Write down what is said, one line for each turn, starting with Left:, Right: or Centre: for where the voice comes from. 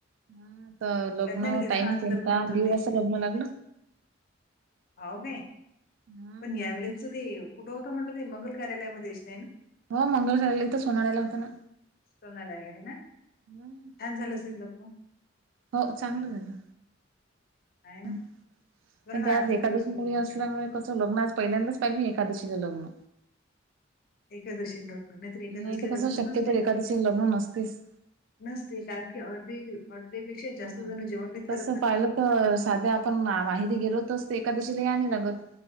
Right: हा तर लग्न
Left: लग्नाने गेले
Right: टाईम
Left: हा आज
Right: कोणता
Left: लग्न होतं
Right: दीड
Left: ते
Right: वाज लग्न लागलं
Left: होव काय
Right: हा
Left: पण यावेळेस त ते कुठं होतं म्हणत ते मंगल कार्यालयामध्ये नाही ना
Right: हो मंगल कराला इथं सोनाायला होता ना
Left: ्याला आहे ना
Right: हम्म
Left: झालं असेल लग मग
Right: हो चांगलं झालं
Left: आहे ना
Right: ह्
Left: बरं
Right: पण
Left: ना
Right: ते आज
Left: आजचा
Right: एकादशीामध्ये
Left: दिवस फुल लागला
Right: असल्यामुळे ं लग्न आज पहिल्यांदच पाहि मी एकादशी लग्न
Left: एखकादशी लग्न नाहीत एखकादसले
Right: नाही तर कसं
Left: लग्न
Right: शक्यतो
Left: नसते
Right: एकादशीला लग्न नसतेच.
Left: नसते कारण की अर्धी अर्धेपेक्षा
Right: हा.
Left: जास्त जण जेवण नाहीत
Right: तसं
Left: करत नाही
Right: पाहिलं तर साध्या आपण माहिती गेलोतच ते एखकादशीला याने लगत